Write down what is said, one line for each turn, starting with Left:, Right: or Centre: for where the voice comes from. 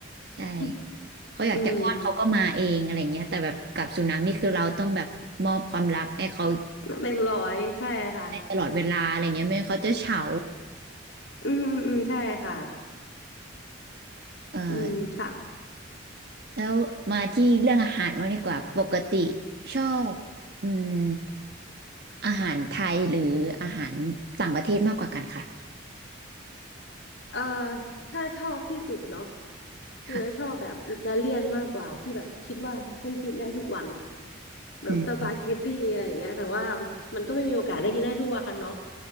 Left: <laughs>
Right: ใช่ เขาอยากจะอ้อนเขาก็มาเองอะไรเงี้ยแต่แบบกับสุนัขนี่คือเราต้องแบบมอบความรักให้เขา
Left: อืมเต็มร้อยใช่ค่ะ
Right: ได้ตลอดเวลาอะไรเงี้ยไม่งั้นเขาจะเฉา
Left: อืมอืมอืมใช่ค่ะ
Right: เอ่อ
Left: อืมค่ะ
Right: แล้วมาที่เรื่องอาหารว่างดีกว่าปกติชอบอืมอาหารไทยหรืออาหารต่างประเทศมากกว่ากันค่ะ
Left: เอ่อถ้าชอบที่สุดเนาะ คือจะชอบแบบอิตาเลียนมากกว่าที่แบบคิดว่าฉันกินได้ทุกวัน
Right: ค่ะ
Left: แบบสปาเกตตี้อะไรอย่างเงี้ยแต่ว่า
Right: อืม
Left: มันก็ไม่มีโอกาสได้กินได้ทุกวันเนาะ